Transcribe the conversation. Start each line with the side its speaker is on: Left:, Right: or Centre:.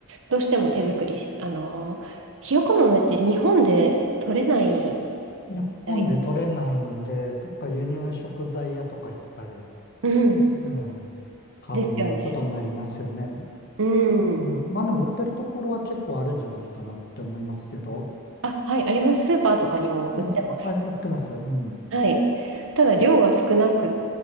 Right: どうしても手作りし、あのー、ひよこ豆って日本で取れないみ
Left: 日本で取れないんで、
Right: たいで。
Left: どっか輸入食材屋とか行ったり、
Right: うん。
Left: うん、買うことになりますよね。
Right: ですよね。うん。
Left: うん、まあでも売ってるところは結構あるんじゃないかなって思いますけど。
Right: あ、はい、あります。スーパーとかにも売ってます。
Left: うん、あれ、売ってます。うん。
Right: はい。ただ、量が少なく、